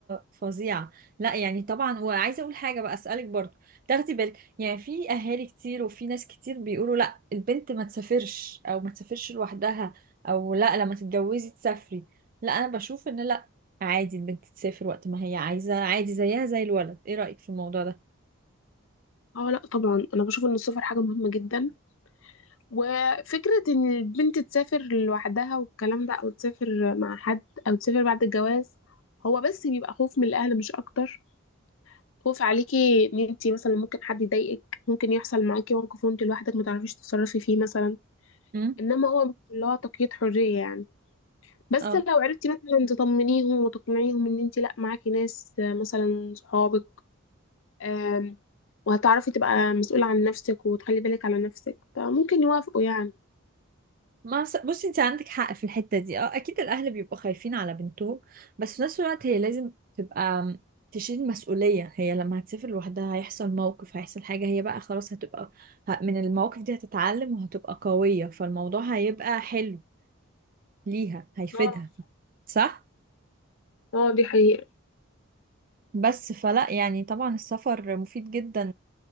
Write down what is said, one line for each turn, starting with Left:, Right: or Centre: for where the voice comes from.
Right: فظيعه لا يعني طبعا وعايزه اقول حاجه بقى اسالك برضو تاخدي بالك يعني في اهالي كتير وفي ناس كتير بيقولوا لا البنت ما تسافرش او ما تسافرش لوحدها او لا لما تتجوزي تسافري لا انا بشوف ان لا عادي البنت تسافر وقت ما هي عايزة عادي زيها زي الولد ايه رأيك في الموضوع ده
Left: اه لا طبعا انا بشوف ان السفر حاجة مهمة جدا وفكرة إن البنت تسافر لوحدها والكلام ده أو تسافر مع حد أو تسافر بعد الجواز هو بس بيبقى خوف من الأهل مش أكتر خوف عليكي إن انتي مثلا ممكن حد يضايقك ممكن يحصل معاكي موقف وانتي لوحدك متعرفيش تتصرفي فيه مثلا
Right: امم
Left: إنما هو مش اللي هو تقييد حرية يعني بس
Right: اه
Left: لو عرفتي مثلا تطمنيهم وتقنعيهم إن انتي لأ معاكي ناس آه، مثلا صحابك آم، وهتعرفي تبقى مسؤولة عن نفسك وتخلي بالك على نفسك فممكن يوافقوا يعني
Right: ما س- بصي انت عندك حق في الحتة دي اه اكيد الاهل بيبقوا خايفين على بنتهم بس في نفس الوقت هي لازم تبقى م- تشيل مسؤولية هي لما هتسافر لوحدها هيحصل موقف هيحصل حاجة هي بقى خلاص هتبقى ه- من المواقف دي هتتعلم وهتبقى قوية فالموضوع هيبقى حلو ليها هيفيدها
Left: اه
Right: صح
Left: اه دي حقيقة
Right: بس فلا يعني طبعا السفر مفيد جدا